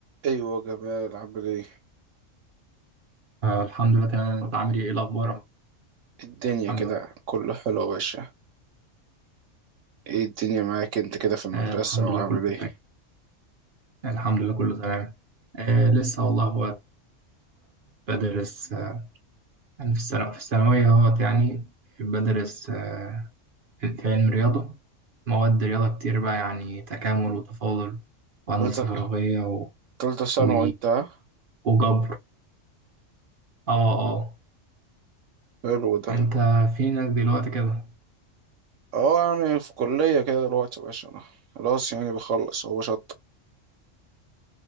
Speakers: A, on the right; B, on the right.
A: ايوه جمال عامل ايه
B: آه الحمد لله تمام انت عامل ايه إيه الاخبار يا
A: الدنيا
B: محمد
A: كده كله حلو يا باشا ايه الدنيا معاك انت كده في المدرسة
B: آه الحمد
A: وعامل
B: لله كله
A: ايه
B: تمام الحمد لله كله تمام آه لسه والله هو بدرس آه انا في الثانوية في الثانوية اهوت يعني بدرس آه في في علم رياضة مواد رياضة كتير بقى يعني تكامل وتفاضل وهندسة
A: تالتة
B: فراغية و...
A: تالتة ثانوي
B: و...
A: وانت ها؟
B: وجبر اه اه
A: حلو ده
B: انت فينك دلوقتي كده
A: اه يعني في كلية كده دلوقتي يا باشا انا خلاص يعني بخلص هو شط